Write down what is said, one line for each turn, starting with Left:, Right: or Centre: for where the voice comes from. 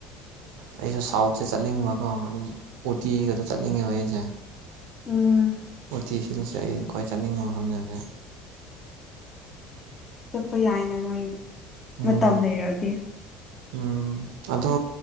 Right: ꯑꯩꯁꯨ ꯁꯥꯎꯠꯁꯦ ꯆꯠꯅꯤꯡꯕꯀꯣ ꯑꯗꯨꯝ ꯎꯇꯤꯒꯗ ꯆꯠꯅꯤꯡꯉꯦꯕ ꯑꯩꯁꯦ
Left: ꯎꯝ
Right: ꯎꯇꯤ ꯍꯤꯜꯁꯦ ꯑꯩ ꯈ꯭ꯋꯥꯏ ꯆꯠꯅꯤꯡꯕ ꯃꯐꯝꯅꯦ ꯍꯧꯖꯤꯛ
Left: ꯆꯠꯄ ꯌꯥꯏꯅ ꯅꯣꯏ
Right: ꯎꯝ
Left: ꯃꯇꯝ ꯂꯩꯔꯗꯤ
Right: ꯎꯝ ꯑꯗꯣ